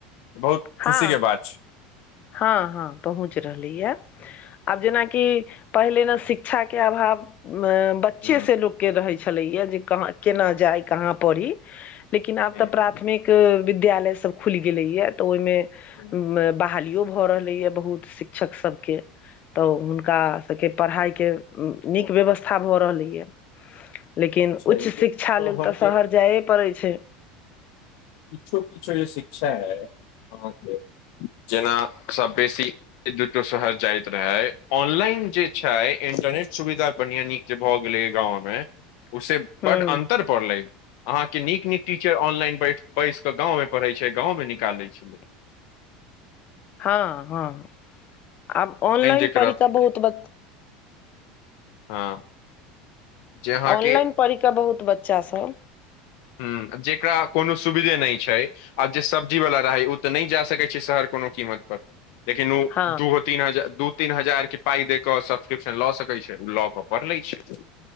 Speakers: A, on the left; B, on the left.
A: बहुत खुशी
B: हँ
A: के बात छै।
B: हँ- हँ पहुँच रहलैए हे। आब जेनाकि पहिले ने शिक्षा के अभाव ब च्चे
A: हम्म
B: से लोकके रहै छलैये जे कहाँ केना
A: हम्म
B: जाइ कहाँ पढ़ी। लेकिन आब
A: हम्म।
B: तऽ प्राथमिक विद्यालय सब खुलि गेलै ये तऽ ओहि मे
A: एहन
B: बहालियो भऽ रहलै यऽ बहुत शिक्षक सब के तऽ हुनका सबके पढ़ाई के निक व्यवस्था भऽ रहलैएा लेकिन
A: छै
B: उच्च
A: जे
B: शिक्षा लेल
A: अहाँके
B: तऽ शहर जाय पड़ै छै।
A: किछो- किछो जे शिक्षा अइ अहाँके जेना सभ बेसी एक दूटा शहर जाइत रहै ऑनलाइन जे छै इंटरनेट सुविधा बढ़िया नीक जे भऽ गेलैए गाँंव में ओइसे
B: हँ
A: बड अन्तर परलै, अहाँके नीक- नीक टीचर ऑनलाइन बैठ बैस कऽ गाँवमे पढ़ैत छै गाँवमे निकालै छै।
B: हँ- हँ आब ऑनलाइन
A: जे
B: पढ़िकऽ
A: करब
B: बहुत ब
A: हँ। जे अहाँके
B: ऑनलाइन पढ़ि कऽ बहुत बच्चा सब
A: ह जेकरा कोनो सुविधे नहि छैक। आब जे सब्जी बला रहै ओ तऽ नहि जा सकैत छै शहर कोनो कीमत पर लेकिन ओ
B: हँ
A: दू तीन हजार दू -तीन हजार के पाई दऽ के सब्सक्रिप्शन लऽ सकैत छै ओ लऽ के पढ़ि लै छै।